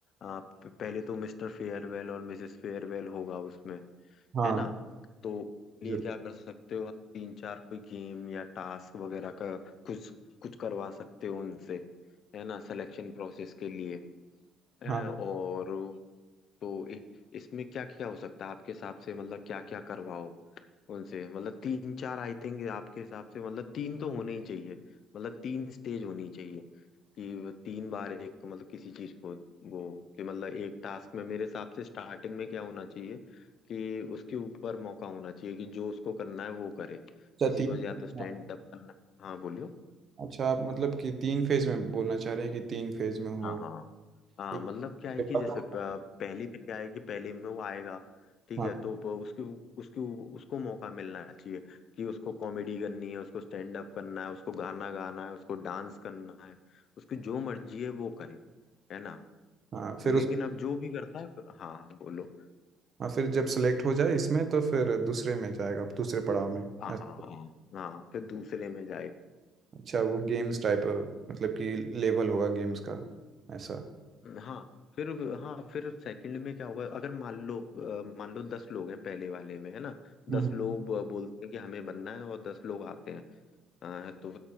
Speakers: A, on the left; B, on the right.
A: आप पहले तो मिस्टर फेयरवेल और मिसेस फेयरवेल होगा उसमें
B: हाँ
A: है ना तो लिए
B: जरूर
A: क्या कर सकते हो आप तीन चार कोई गेम या टास्क वगैरह का कुछ कुछ करवा सकते हो उनसे है ना सिलेक्शन प्रोसेस के लिए अ,
B: हाँ
A: और तो इ, इसमें क्या क्या हो सकता है आपके हिसाब से मतलब क्या क्या करवाओ उनसे मतलब तीन चार आई थिंक आपके हिसाब से मतलब तीन तो होने ही चाहिए मतलब तीन स्टेज होनी चाहिए कि वो तीन बार एक मतलब किसी चीज को वो कि मतलब एक टास्क में मेरे हिसाब से स्टार्टिंग में क्या होना चाहिए कि उसके ऊपर मौका होना चाहिए कि जो उसको करना है वो करे
B: अच्छा
A: किसी
B: तीन
A: को या तो स्टैंड
B: हाँ,
A: अप करना हाँ बोलियो
B: अच्छा आप मतलब कि तीन फेज में बोलना चाह रहे हैं कि तीन फेज में हो
A: हाँ हाँ हाँ
B: एक
A: मतलब क्या है
B: के बाद
A: कि जैसे प- पहली में क्या है कि पहले में वो आएगा ठीक
B: हाँ
A: है तो प- उसकी उसकी उसको मौका मिलना चाहिए कि उसको कॉमेडी करनी है उसको स्टैंड अप करना है उसको गाना गाना है उसको डांस करना है उसकी जो मर्जी है वो करे है ना
B: हाँ फिर
A: लेकिन
B: उस
A: अब जो भी करता है फिर- हाँ बोलो
B: हाँ फिर जब सेलेक्ट हो जाए इसमें तो फिर दूसरे में जाएगा दूसरे पड़ाव में
A: हाँ
B: ऐसा।
A: हाँ हाँ हाँ फिर दूसरे में जाए
B: अच्छा वो गेम्स टाइप मतलब कि लेवल होगा गेम्स का ऐसा
A: हाँ फिर हाँ फिर सेकंड में क्या होगा अगर मान लो अ, मान लो दस लोग हैं पहले वाले में है ना दस
B: हम्म।
A: लोग अ, बोलते हैं कि हमें बनना है और दस लोग आते हैं अ, तो